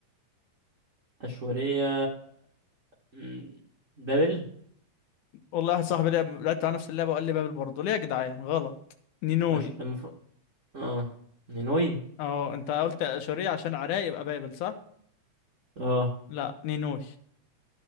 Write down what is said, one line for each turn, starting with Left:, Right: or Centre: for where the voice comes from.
Right: أشورية مم. بابل
Left: والله واحد صاحبي لعب لعبت على نفس اللعبة وقال لي بابل برضه ليه يا جدعان غلط نينوي
Right: أش... المفروض اه نينوي
Left: اه انت قلت آشورية عشان عراق يبقى بابل صح
Right: اه
Left: لا نينوي